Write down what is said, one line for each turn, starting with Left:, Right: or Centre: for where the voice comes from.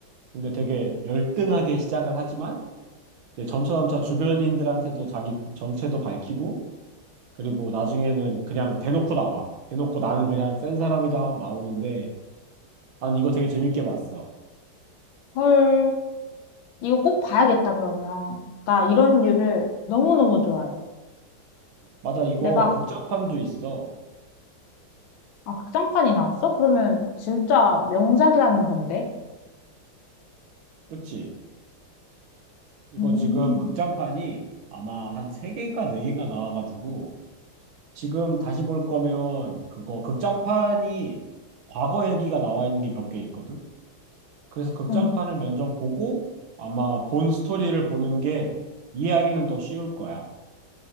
Right: 근데 되게 열등하게 시작을 하지만 이제 점차점차 주변인들한테도 자기 정체도 밝히고 그리고 나중에는 그냥 대놓고 나와. 대놓고 나는 그냥 센 사람이다 하고 나오는데 난 이거 되게 재밌게 봤어.
Left: 헐, 이거 꼭 봐야겠다, 그러면. 나 이런 류를 너무너무 좋아해.
Right: 맞아, 이거
Left: 내가,
Right: 극장판도 있어.
Left: 아, 극장판이 나왔어? 그러면 진짜 명작이라는 건데?
Right: 그치? 이거
Left: 음,
Right: 지금 극장판이 아마 한 세개인가네개인가 나와가지고 지금 다시 볼 거면 그거 극장판이 과거 얘기가 나와 있는 게 몇 개 있거든. 그래서 극장판을
Left: 응.
Right: 먼저 보고 아마 본 스토리를 보는 게 이해하기는 더 쉬울 거야.